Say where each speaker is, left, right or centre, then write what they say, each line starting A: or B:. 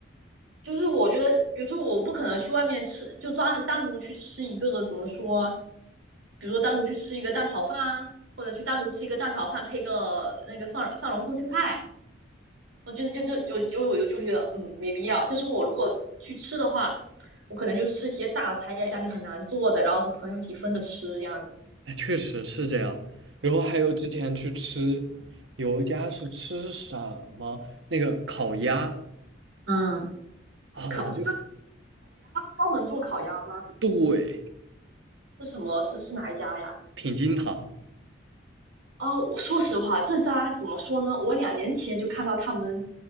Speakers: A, on the right; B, on the right.
A: 就是我觉得，比如说我不可能去外面吃，就单单独去吃一个怎么说，比如说单独去吃一个蛋炒饭啊，或者去单独吃一个蛋炒饭配个那个蒜蒜蓉空心菜，我就就就就就我就就会觉得嗯没必要。就是我如果去吃的话，我可能就吃一些大菜，在家里很难做的，然后和朋友一起分着吃这样子。
B: 哎，确实是这样。然后还有之前去吃，有一家是吃什么那个烤鸭
A: 嗯，
B: 啊，
A: 烤就
B: 我就
A: 专门做烤鸭吗？
B: 对。
A: 是什么？是是哪一家呀？
B: 品金堂。
A: 哦，我说实话，这家怎么说呢？我两年前就看到他们，